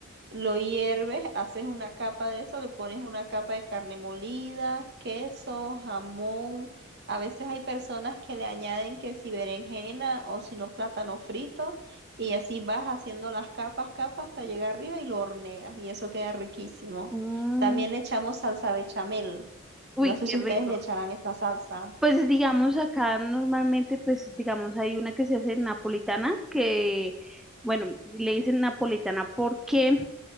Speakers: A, on the right (about 55°); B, in the centre.
A: Lo hierves, haces una capa de eso, le pones una capa de carne molida, queso, jamón. A veces hay personas que le añaden que si berenjena o si no plátano frito y así vas haciendo las capas, capas hasta llegar arriba y lo horneas y eso queda riquísimo.
B: Mm,
A: También le echamos salsa bechamel.
B: Uy,
A: No
B: qué
A: sé si
B: rico.
A: ustedes le echarán esta salsa.
B: Pues digamos acá normalmente, pues digamos hay una que se hace napolitana, que bueno, le dicen napolitana porque